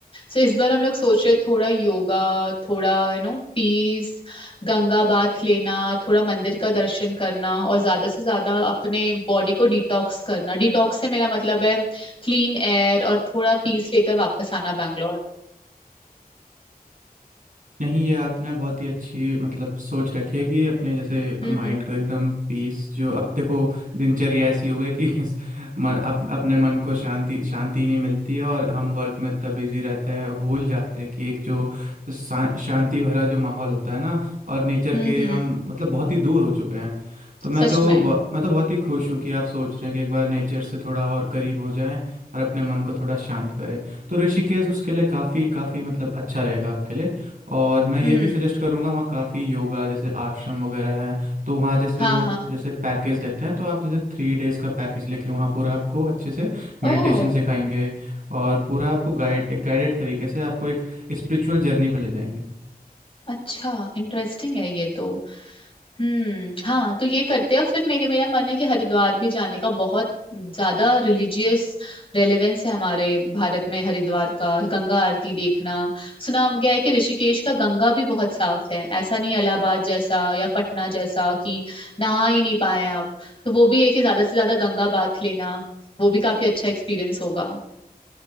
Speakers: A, on the left; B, on the right.
A: सो इस बार हम लोग सोच रहे थोड़ा योगा थोड़ा you know peace Ganga bath लेना थोड़ा मंदिर का दर्शन करना और ज्यादा से ज्यादा अपने बॉडी को डिटॉक्स करना डिटॉक्स से मेरा मतलब है क्लीन एयर और थोड़ा पीस लेकर वापस आना बैंगलोर
B: नहीं ये आपने बहुत ही अच्छी मतलब सोच रखी है कि अपने जैसे
A: हम्म
B: माइंड
A: हम्म
B: को एकदम पीस जो अब देखो दिनचर्या ऐसी हो गई कि <laughs> इस मन, अप, अपने मन को शांति शांति नहीं मिलती है और हम वर्क में इतना बिजी रहते हैं और भूल जाते हैं कि एक जो शा, शांति भरा जो माहौल होता है ना और नेचर
A: हम्म
B: के
A: हम्म,
B: हम मतलब बहुत ही दूर हो चुके हैं तो मैं
A: सच
B: तो
A: में
B: बहु- मैं तो बहुत ही खुश हूँ कि आप सोच रहे हैं कि एक बार नेचर से थोड़ा और करीब हो जाएं और अपने मन को थोड़ा शांत करें तो ऋषिकेश उसके लिए काफ़ी काफ़ी मतलब अच्छा रहेगा आपके लिए और मैं ये
A: हम्म
B: भी सजेस्ट करूँगा वहाँ काफ़ी योगा जैसे आश्रम वगैरह है तो वहाँ जैसे
A: हाँ
B: वो
A: हाँ
B: जैसे पैकेज देते हैं तो आप जैसे थ्री डेज़ का पैकेज लेके वहाँ पूरा आपको अच्छे से
A: ओह
B: मेडिटेशन सिखाएंगे और पूरा आपको गाइड एक गाइडेड तरीके से आपको एक स्पिरिचुअल जर्नी पे ले जाएंगे
A: अच्छा इंटरेस्टिंग है ये तो हम्म हाँ तो ये करते हैं और फिर मेरे मेरा मन है कि हरिद्वार भी जाने का बहुत ज्यादा रिलीजियस रेलेवेंस है हमारे भारत में हरिद्वार का गंगा आरती देखना सुना गया है कि ऋषिकेश का गंगा भी बहुत साफ है ऐसा नहीं इलाहाबाद जैसा या पटना जैसा कि नहा ही नहीं पाए आप तो वो भी है कि ज्यादा से ज्यादा गंगा बाथ लेना वो भी काफी अच्छा एक्सपीरियंस होगा